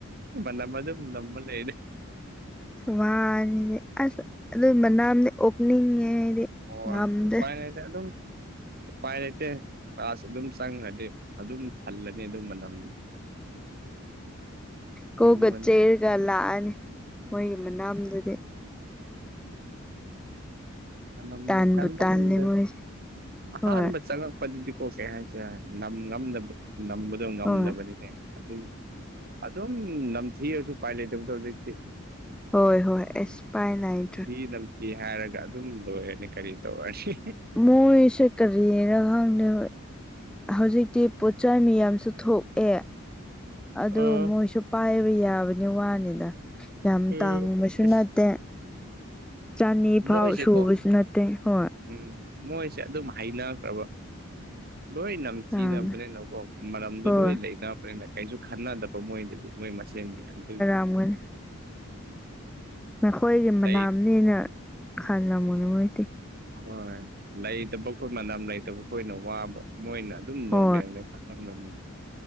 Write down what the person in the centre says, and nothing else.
ꯋꯥꯅꯤꯗꯤ ꯑꯁ ꯑꯗꯨ ꯃꯅꯥꯝꯗ ꯑꯣꯄꯅꯤꯡꯉꯦ ꯑꯩꯗꯤ
ꯉꯝꯗꯦ
ꯀꯣꯛꯀ
ꯆꯦꯔꯒ ꯂꯥꯅꯤ ꯃꯣꯏꯒꯤ ꯃꯅꯥꯝꯗꯨꯗꯤ
ꯇꯥꯟꯕꯨ
ꯇꯥꯜꯂꯦ ꯃꯣꯏꯁꯦ
ꯍꯣꯏ
ꯍꯣꯏ
ꯍꯣꯏ ꯍꯣꯏ ꯑꯦꯁ ꯄꯥꯏ ꯂꯩꯇꯔꯦ
ꯃꯣꯏꯁꯦ ꯀꯔꯤꯔ ꯈꯪꯗꯕ ꯍꯧꯖꯤꯛꯇꯤ ꯄꯣꯠ ꯆꯩ ꯃꯤꯌꯥꯝ ꯊꯣꯛꯑꯦ ꯑꯗꯨ
ꯃꯣꯏꯁꯨ ꯄꯥꯏꯕ ꯌꯥꯕꯅꯤ ꯋꯥꯅꯤꯅ ꯌꯥꯝ
ꯇꯥꯡꯕꯁꯨ
ꯅꯠꯇꯦ ꯆꯅꯤ ꯐꯥꯎ
ꯁꯨꯕꯁꯨ ꯅꯠꯇꯦ ꯍꯣꯏ
ꯇꯥꯡꯉꯦ
ꯍꯣꯏ
ꯉꯝꯒꯥꯅꯤ ꯃꯈꯣꯏꯒꯤ ꯃꯅꯥꯝꯅꯦꯅ
ꯈꯜꯂꯝꯒꯅꯤ ꯃꯣꯏꯗꯤ
ꯍꯣꯏ